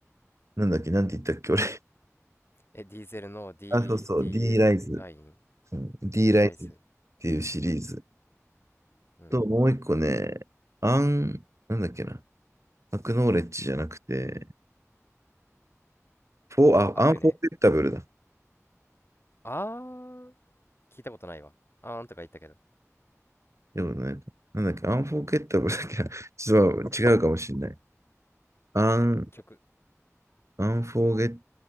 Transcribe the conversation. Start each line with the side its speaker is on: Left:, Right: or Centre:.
Right: なんだっけ、なんて言ったっけ、俺。<laughs>
Left: え、ディーゼルの D、
Right: あ、そうそう、
Left: D
Right: D
Left: ライ、
Right: ライズ。
Left: ライン
Right: うん、D
Left: ?D
Right: ライズっていうシリーズ。
Left: ライズ。うん。
Right: と、もう一個ね、アン、なんだっけな。アクノーレッジじゃなくて、フォー、
Left: 悪ね
Right: あ、アンフォーフッタブルだ。
Left: ああー。聞いたことないわ。あーんとか言ったけど。
Right: でもなんか、なんだっけ、アンフォーゲッタブルだっけな、<laughs> ちょっと違うかもしれない。アン、
Left: 曲。
Right: アンフォーゲッ、